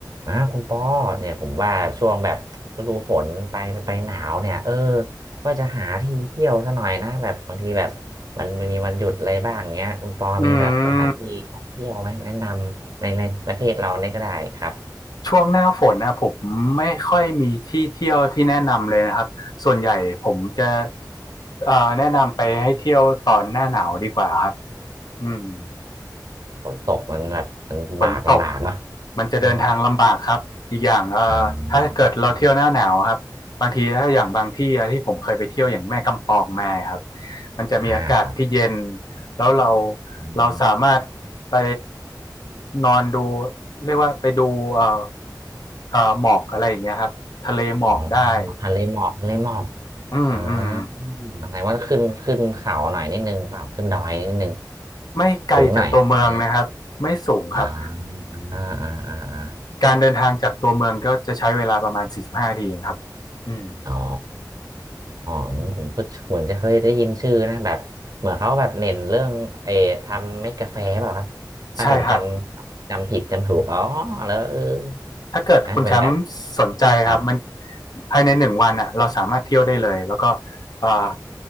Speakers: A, on the right; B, on the left.
A: อ่าคุณปอเนี่ยผมว่าช่วงแบบฤดูฝนไปไปหนาวเนี่ย เออว่าจะหาที่เที่ยวซะหน่อยนะแบบบางทีแบบมันมันมีวันหยุดอะไรบ้างเงี้ย คุณปอมีแบบสถานที่ท่องเที่ยวไหมแนะนำในในประเทศเราเนี่ยก็ได้ครับ
B: อืมช่วงหน้าฝนนะผมไม่ค่อยมีที่เที่ยวที่แนะนำเลยนะครับส่วนใหญ่ผมจะเอ่อแนะนำไปให้เที่ยวตอนหน้าหนาวดีกว่าครับอืม
A: ฝนตกมันแบบมันลำบากลำบากเนาะ
B: ฝนตกมันจะเดินทางลำบากครับอีกอย่างเอ่อถ้าเกิดเราเที่ยวหน้าหนาวครับบางทีถ้าอย่างบางที่อะที่ผมเคยไปเที่ยวอย่างแม่กำปองมาครับ
A: อ๋ออ๋ออืมอมอืม
B: มันจะมีอากาศที่เย็น
A: อ่าครับ
B: แล้วเรา
A: อม
B: เราสามารถไปนอนดูเรียกว่าไปดูเอ่อเอ่อหมอกอะไรอย่างเงี้ยครับทะเลหมอกได้
A: อ๋อทะเลหมอกทะเลหมอก
B: อืมอืม
A: อ่าแสดงว่าขึ้นขึ้นเขาหน่อยนิดนึงเปล่าขึ้นดอยนิดนึง
B: ไม่ไกลจากตัวเมืองนะครับไม่สูงครับ
A: สูงหน่อยไหนอ่าอ่าอ่าอ่าอา
B: การเดินทางจากตัวเมืองก็จะใช้เวลาประมาณสี่สิบห้านาทีเองครับอืม
A: อ๋ออืมผมก็เหมือนจะเคยได้ยินชื่อนะแบบเหมือนเขาแบบเน้นเรื่องเออทำเม็ดกาแฟเปล่าครับถ้าผมจำจำผิดจำถูกอ๋อแล้วเออ
B: ใช่ครับ ถ้าเกิดคุณแชมป์สนใจครับมัน
A: นะเป็นแบบครับ
B: ภายในหนึ่งวันอ่ะเราสามารถเที่ยวได้เลยแล้วก็เอ่อ